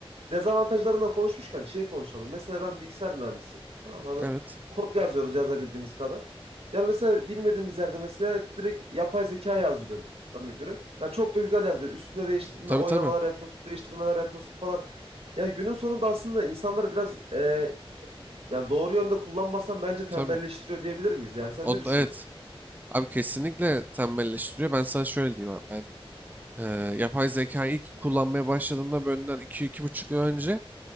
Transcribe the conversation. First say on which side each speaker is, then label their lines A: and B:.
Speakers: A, on the right (about 80°); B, on the right (about 15°).
A: dezavantajlarından konuşmuşken şeyi konuşalım. Mesela ben bilgisayar mühendisiyim. Tamam mı? hani
B: Evet.
A: kod yazıyoruz yazabildiğimiz kadar. Yani mesela bilmediğimiz yerde mesela direkt yapay zeka yazdırıyoruz. Örnek veriyorum. Ya çok da güzel yazıyor. Üstüne değiştirme,
B: Tabii
A: oynamalar
B: tabii.
A: yapıyorsun, değiştirmeler yapıyorsun falan. Ya günün sonunda aslında insanları biraz e, yani doğru yönde kullanmasan bence tembelleştiriyor
B: Tabii.
A: diyebilir miyiz? Yani sen
B: Onu
A: ne düşünüyorsun?
B: evet. Abi kesinlikle tembelleştiriyor. Ben sana şöyle diyeyim abi. Ben Ee, yapay zekayı ilk kullanmaya başladığımda benden iki iki buçuk yıl önce